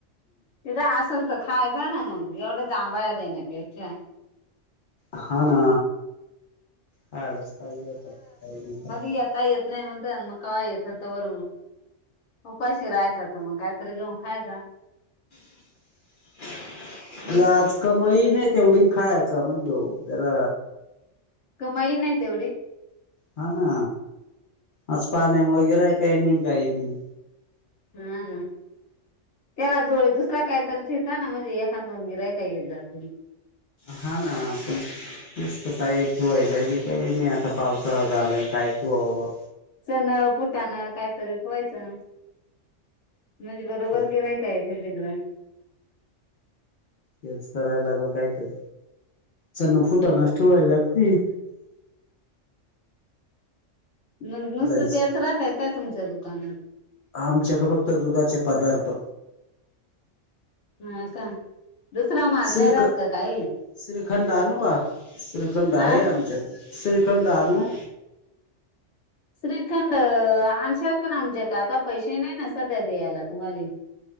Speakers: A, on the left; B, on the left.
A: तिथ आसन बग. खायचा ना मंग? एवढ्या जांभया देण्या पेशा.
B: हा ना, खायलाचं पाहिजे आता <unintelligible>
A: ती आता येत नाही म्हणतान मग कवा येता तवर उपाशी राहायचा तर मग काहीतरी घेऊन खायचा.
B: <inaudible>
A: हम्म
B: ही आज कमाई नाही तेवढी खायाचा म्हणलो तर
A: कमाई नाही तेवढी?
B: हा ना, आज पाण्यामुळ गिराईक काय नाही काही नाही.
A: हां हां. त्याला जोळे दुसरा काय तर ठीका ना म्हणजे एखाद दोन गिरायक येत जातील.
B: हा ना, पण नुसत काही ठिवायला बी काय नाही आता पावसाळा झालाय काय ठिवावं बुवा?
A: चण, फुटानं कायतरी ठेवायचं म्हणजे बरोबर
B: ते
A: गिरायक येते तिकड.
B: तेच कराय लागल कायतरी, चन, फुटानच ठुवाय लागतील.
A: न नुसत
B: जायचं
A: तेच राहतय काय तुमच्या दुकानात?
B: आमच्या कड फक्त दुधाचे पदार्थ.
A: हां का? दुसरा माल
B: श्रीख
A: नाही राहत का काही
B: श्रीखंड आनु का? श्रीखंड आहे
A: हा
B: आमच्यात. श्रीखंंड आनु?
A: श्रीखंड आणशाल पण आमच्या क आता पैसे नाही ना सध्या द्यायला तुम्हाले.